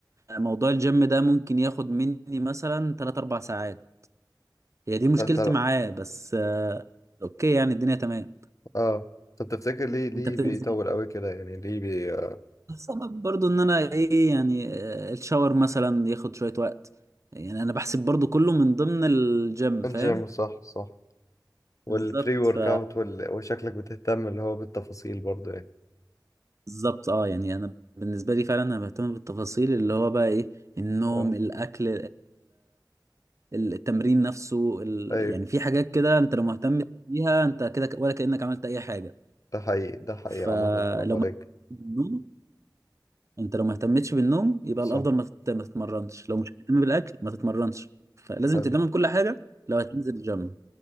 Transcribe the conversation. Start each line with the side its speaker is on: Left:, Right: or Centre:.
Right: موضوع الجيم ده ممكن ياخد مني مثلا 3 4 ساعات هي دي مشكلتي
Left: آه، ترى
Right: معاه بس آه، اوكي يعني الدنيا تمام
Left: اه طب تفتكر ليه ليه
Right: انت بتنزل
Left: بيطول قوي كده يعني ليه بي آه،
Right: السبب برضو ان انا ايه يعني آه، الشاور مثلا ياخد شوية وقت يعني انا بحسب برضو كله من ضمن الجيم
Left: الجيم
Right: فاهم
Left: صح صح والبري
Right: بالظبط
Left: ورك
Right: ف
Left: اوت وال... وشكلك بتهتم اللي هو بالتفاصيل برضه يعني
Right: بالظبط اه يعني انا بالنسبة لي فعلا انا بهتم بالتفاصيل اللي هو بقى ايه النوم
Left: اه
Right: الاكل التمرين نفسه ال...
Left: ايوه
Right: يعني في حاجات كده انت لو مهتم بيها انت كده ك- ولا كأنك عملت اي حاجة
Left: ده حقيقي ده حقيقي
Right: فلو
Left: عامة برافو عليك
Right: ما بالنوم انت لو ما اهتمتش بالنوم يبقى
Left: صح
Right: الافضل ما تت- ما تتمرنش لو مش هتهتم بالاكل ما تتمرنش فلازم
Left: حلو
Right: تهتم بكل حاجة لو هتنزل الجيم